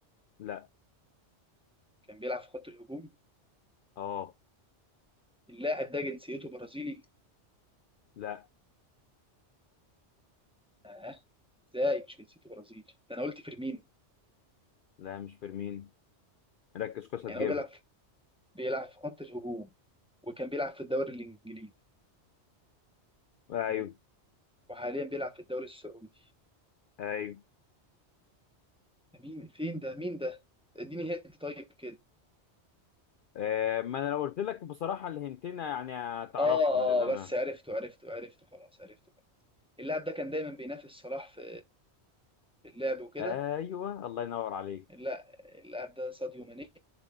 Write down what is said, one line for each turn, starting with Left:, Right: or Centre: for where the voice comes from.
Left: لا
Centre: كان بيلعب في خط الهجوم
Left: اه
Centre: اللاعب ده جنسيته برازيلي
Left: لا
Centre: اه ازاي مش جنسيته برازيلي ده انا قلت فيرمينو
Left: لا مش فيرمين ركز كويس هتجيبها
Centre: يعني هو بيلعب في- بيلعب في خط الهجوم وكان بيلعب في الدوري الانجليزي
Left: ايوه
Centre: مم. وحاليا بيلعب في الدوري السعودي
Left: ايوه
Centre: ده مين فين ده مين ده اديني هنت طيب كده
Left: آه ما انا لو قلت لك بصراحه الهنتين يعني هتعرفهم
Centre: اه اه
Left: للامانه
Centre: بس عرفته عرفته عرفته خلاص عرفته اللاعب ده كان دايما بينافس صلاح في في اللعب وكده
Left: ايوه الله ينور عليك
Centre: لا اللاعب ده ساديو ماني